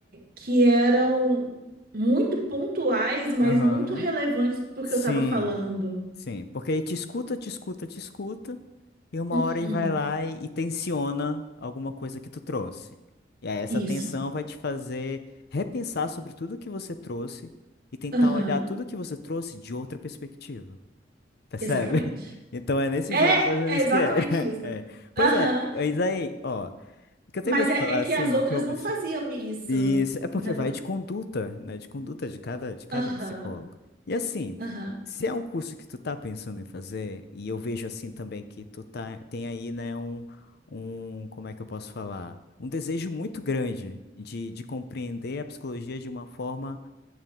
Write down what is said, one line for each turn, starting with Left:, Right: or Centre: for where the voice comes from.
Right: que eram muito pontuais, mas
Left: Aham.
Right: muito relevantes porque
Left: Sim,
Right: eu estava falando.
Left: sim. Porque ele te escuta, te escuta, te escuta, e uma
Right: Uhum,
Left: hora ele vai lá e, e tensiona alguma coisa que tu trouxe. E aí essa
Right: Isso.
Left: tensão vai te fazer repensar sobre tudo que você trouxe e tentar
Right: Aham,
Left: olhar tudo que você trouxe de outra perspectiva. Percebe?
Right: exatamente.
Left: <laughs> Então é nesse
Right: É,
Left: jogo mais ou
Right: é
Left: menos
Right: exatamente
Left: que é. <laughs>
Right: isso.
Left: É. Pois
Right: Aham,
Left: é, mas aí, ó, o que eu
Right: Mas
Left: tenho pra te
Right: é,
Left: falar,
Right: é que
Left: assim,
Right: as outras
Left: que eu,
Right: não faziam isso,
Left: Isso, é porque
Right: entendeu?
Left: vai de conduta, né? De conduta de cada, de cada
Right: Aham,
Left: psicólogo. E assim,
Right: aham,
Left: se é um curso que tu tá pensando em fazer, e eu vejo assim também que tu tá, tem aí, né, um, um, como é que eu posso falar? Um desejo muito grande de, de compreender a psicologia de uma forma,